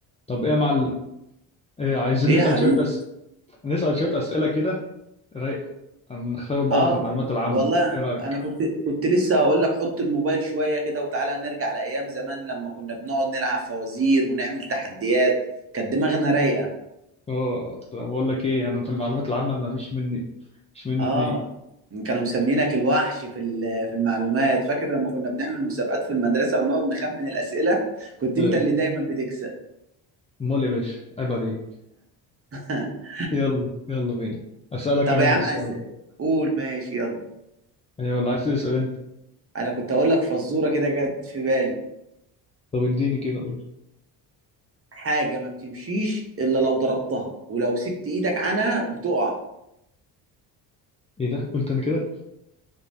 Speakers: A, on the left (about 15°); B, on the right (about 30°).
A: طب ايه يا معلم إيه عايزين
B: ايه
A: نسأل
B: يا حبيبي
A: شوية أس... نسأل شوية أسئلة كده رايقة نختبر بعض
B: اه
A: في المعلومات العامة
B: والله
A: ايه رأيك؟
B: انا كنت كنت لسه هقول لك حط الموبايل شويه كده وتعالى نرجع لايام زمان لما كنا بنقعد نلعب فوازير ونعمل تحديات كانت دماغنا رايقه
A: اه طب بقول لك ايه انا في المعلومات العامة ما فيش مني مش مني
B: اه
A: اتنين
B: كانوا مسمينك الوحش في ال- في المعلومات فاكر لما كنا بنعمل مسابقات في المدرسه ونقعد نخمن الاسئله كنت
A: اي
B: انت اللي دايما بتكسب
A: امال يا باشا عيب عليك
B: <laughs>
A: يلا يلا بينا أسألك
B: طب
A: انا
B: يا عم
A: السؤال
B: أس... قول ماشي يلا
A: ايوه ولا عايز تسأل انت
B: انا كنت هقول لك فزوره كده جت في بالي
A: طب اديني كده قول
B: حاجه ما بتمشيش الا لو ضربتها ولو سبت ايدك عنها بتقع
A: ايه ده قلت انا كده